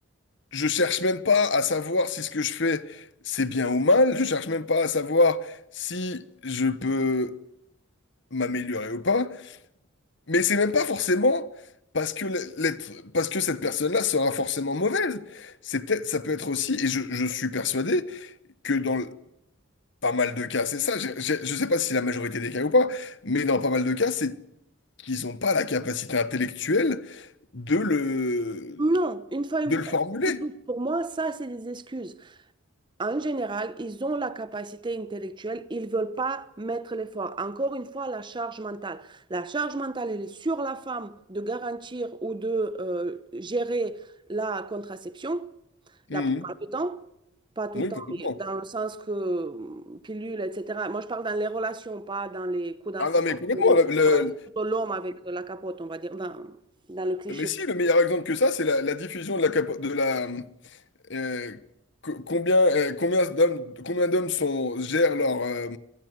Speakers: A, on the left (about 60°); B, on the right (about 25°).
A: Je cherche même pas à savoir si ce que je fais, c'est bien ou mal. Je cherche même pas à savoir si je peux m'améliorer ou pas. Mais c'est même pas forcément parce que le- l'être, parce que cette personne-là sera forcément mauvaise. C'est peut-être, ça peut être aussi, et je, je suis persuadé que dans le- pas mal de cas, c'est ça. J'ai- j'ai- Je sais pas si la majorité des cas ou pas, mais dans pas mal de cas, c'est qu'ils ont pas la capacité intellectuelle de le,
B: Non, une fois, une-
A: de le formuler.
B: pour moi, ça, c'est des excuses. En général, ils ont la capacité intellectuelle, ils ne veulent pas mettre l'effort. Encore une fois, la charge mentale. La charge mentale, elle est sur la femme de garantir ou de euh, gérer la contraception.
A: Mhm.
B: La plupart du temps, pas tout
A: Oui,
B: le temps,
A: complètement.
B: mais dans le sens que euh, pilule, etc. Moi, je parle dans les relations, pas dans les coups d'un
A: Ah
B: seul
A: non, mais complètement.
B: coup.
A: Le,
B: Ça va être plutôt l'homme avec la capote, on va dire, dans, dans le cliché.
A: Mais si, le meilleur exemple que ça, c'est la, la diffusion de la, capo- de la euh, co- combien euh, combien d'hommes combien d'hommes sont gèrent leur euh,